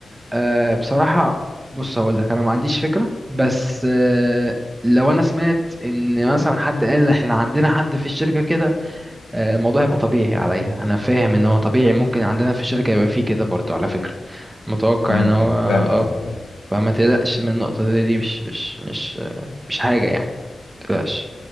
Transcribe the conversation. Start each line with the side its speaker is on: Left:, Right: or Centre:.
Right: آه، بصراحة بص هقول لك أنا ما عنديش فكرة بس آه، لو أنا سمعت إن مثلا حد قال إحنا عندنا حد في الشركة كده آه، الموضوع هيبقى طبيعي عليا أنا فاهم إن هو طبيعي ممكن عندنا في الشركة يبقى فيه كده برضه على فكرة متوقع
Left: امم
Right: إن هو
Left: فاهم
Right: آه
Left: قصدك آه.
Right: فما تقلقش من النقطة دي دي مش مش مش آه، مش حاجة يعني متقلقش